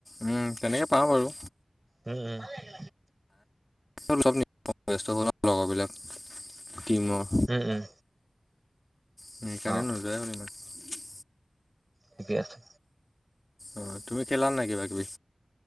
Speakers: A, on the left (about 30°); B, on the right (about 40°).
A: উম', তেনেকে পাওঁ বাৰু',
B: উম', - উম', ভাল লাগে',
A: চব লগ নাপাওঁ, চব ব্যস্ত হয় ন লগৰবিলাক টিমৰ',
B: উম উম
A: সেইকাৰণে
B: অ
A: নোজোৱায় হলোঁ মই',
B: ঠিকেই আছে',
A: অঁহ', তুমি খেলা নে নাই কিবা কিবি?